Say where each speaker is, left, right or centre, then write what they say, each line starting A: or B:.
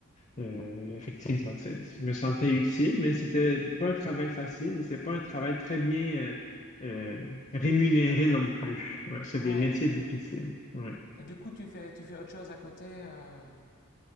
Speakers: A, on the left; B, on the left.
A: Euh, effectivement, c'est- je me sentais utile, mais c'était pas un travail facile et c'est pas un travail très bien euh, euh, rémunéré
B: Rémunération.
A: non plus. Ouais, c'est
B: Ouais.
A: des métiers difficiles. Ouais.
B: Et du coup, tu fais, tu fais autre chose à côté euh,